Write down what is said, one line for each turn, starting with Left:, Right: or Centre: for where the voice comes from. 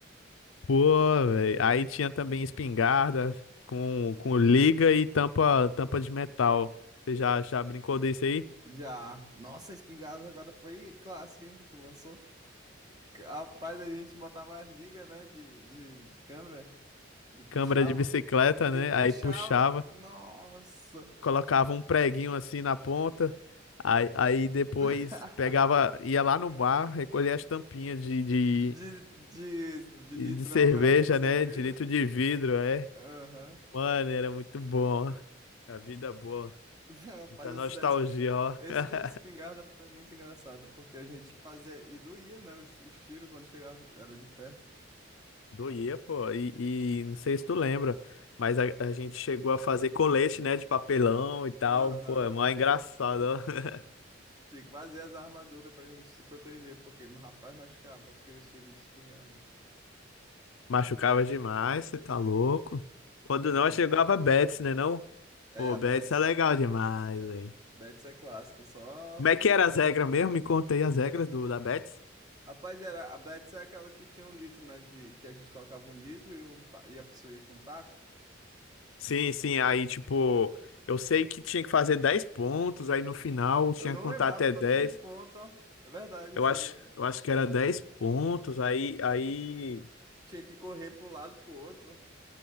Left: Pô, velho. Aí tinha também espingarda com, com liga e tampa, tampa de metal. Você já, já brincou desse aí?
Right: Já. Nossa, a espingarda agora foi clássica, hein, que tu lançou. Rapaz, a gente botava as ligas, né, de, de, de câmera e puxava.
Left: Câmara de bicicleta, né?
Right: E puxava.
Left: Aí puxava.
Right: Nossa!
Left: colocava um preguinho assim na ponta, aí, aí depois
Right: <laughs>
Left: pegava, ia lá no bar, recolhia as tampinhas de, de,
Right: De, de, de
Left: de
Right: litrão,
Left: cerveja,
Right: né? De cerveja.
Left: né? De litro de vidro, é.
Right: Aham.
Left: Mano, era muito bom, ó. A vida boa.
Right: <laughs> Rapaz,
Left: Muita
Right: esse
Left: nostalgia,
Right: da, es-
Left: ó.
Right: esse
Left: <laughs>
Right: da espingarda foi muito engraçado, porque a gente fazia e doía, né? Os, os tiros quando chegava, era de perto.
Left: Doía, pô. E, e não sei se tu lembra, mas a, a gente chegou a fazer colete, né? De papelão e tal.
Right: Aham.
Left: Pô, é mó engraçado, ó. <laughs>
Right: Tinha que fazer as armaduras pra gente se proteger, porque o rapaz machucava com aqueles tiros de espingarda.
Left: Machucava demais, você tá louco. Quando
Right: Uhum.
Left: não, chegava Betis, né? Não?
Right: É,
Left: Pô,
Right: a
Left: Betis
Right: Betts.
Left: é legal demais, velho.
Right: Betts é clássico, só.
Left: Como é que era as regras mesmo? Me conta aí as regras do, da Betis.
Right: Rapaz, era, a Betts é aquela que tinha um litro, né? De, que a gente colocava um litro e, um, ta- e a pessoa ia com um taco.
Left: Sim, sim, aí tipo, eu sei que tinha que fazer dez pontos, aí no final tinha
Right: Eu não
Left: que contar
Right: lembrava
Left: até
Right: o tanto
Left: dez
Right: de ponto, ó. É verdade
Left: Eu
Right: isso
Left: acho,
Right: aí. é.
Left: eu acho que era 10 pontos, aí aí
Right: Tinha que correr para um lado pro outro.